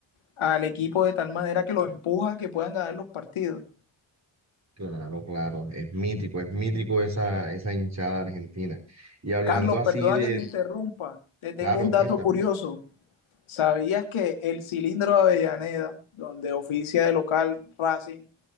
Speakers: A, on the left (about 80°); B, on the right (about 35°).
A: al equipo de tal manera que los empuja a que puedan ganar los partidos.
B: Claro, claro, es mítico, es mítico esa, esa hinchada argentina. Y hablando
A: Carlos,
B: así
A: perdona
B: de,
A: que te interrumpa, te tengo
B: claro,
A: un dato
B: cuéntame,
A: curioso. ¿Sabías que el Cilindro de Avellaneda, donde oficia de local Racing,